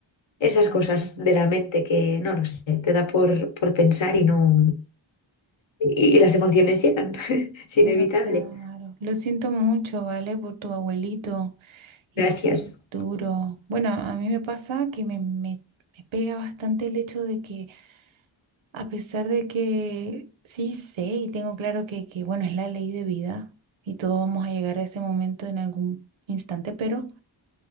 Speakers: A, on the left (about 75°); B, on the right (about 80°).
A: Esas
B: Mm.
A: cosas de la mente que, no lo sé, te da por, por pensar y no... Y y las emociones llegan, <laughs> es inevitable.
B: Pero claro, lo siento mucho, ¿vale? Por tu abuelito. Y
A: Gracias.
B: sí, duro. Bueno, a mí me pasa que me, me, me pega bastante el hecho de que, a pesar de que sí sé y tengo claro que, que, bueno, es la ley de vida y todos vamos a llegar a ese momento en algún instante, pero